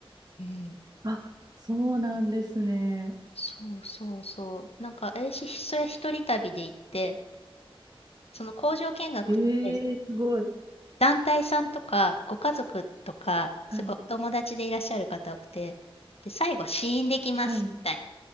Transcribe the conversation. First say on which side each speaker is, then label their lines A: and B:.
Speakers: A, on the left; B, on the right.
A: うん。
B: あ、そうなんですね。
A: そうそうそう。なんか、私、それ一人旅で行って、その工場見学って、
B: ええ、すごい。
A: 団体さんとか、ご家族とか、すごい友達でいらっしゃる方多くて、
B: はい。
A: で、最後、試飲できます、
B: はい。
A: みたいな。